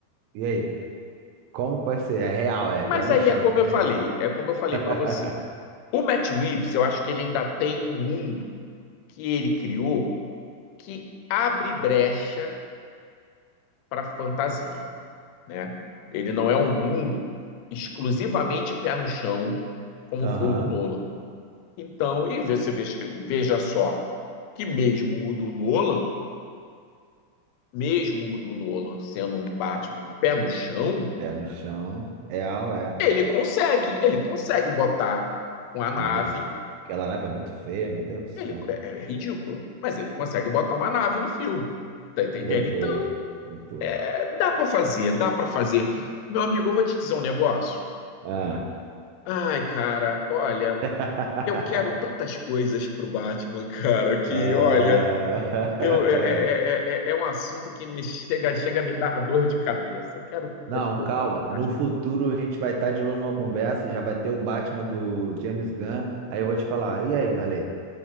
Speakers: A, on the right; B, on the left.
A: E aí? Como vai ser? É real, é
B: Mas
A: pé no
B: aí
A: chão.
B: é como eu
A: E
B: falei,
A: aí?
B: é como eu falei
A: <laughs>
B: para você. O Matt Reeves, eu acho que ele ainda tem um mundo que ele criou que abre brecha para fantasia, né? Ele não é um mundo exclusivamente pé no chão como
A: Aham,
B: foi o do Nolan. Então, e você veja, veja só que mesmo o do Nolan, mesmo o do Nolan sendo um Batman pé no chão,
A: Pé no chão. Real, é.
B: ele consegue, ele consegue botar uma nave,
A: Não botou. Aquela nave é muito feia, meu Deus do céu.
B: ele é, é ridícula, mas ele consegue botar uma nave no filme. Tá entendendo?
A: Botou,
B: Então,
A: botou.
B: é, dá para fazer, dá para fazer. Meu amigo, eu vou te dizer um negócio.
A: Ah.
B: Ai, cara, olha,
A: <laughs>
B: eu quero tantas coisas pro Batman, <laughs> cara, que
A: Ah.
B: olha, Eu, é, é,
A: <laughs>
B: é, é é é um assunto que me chega, chega a me dar dor de cabeça. Eu quero tantas
A: Não,
B: coisas
A: calma.
B: pro Batman.
A: No futuro a gente vai estar de novo numa conversa, e já vai ter o Batman do James Gunn. Aí eu vou te falar, e aí, Darley?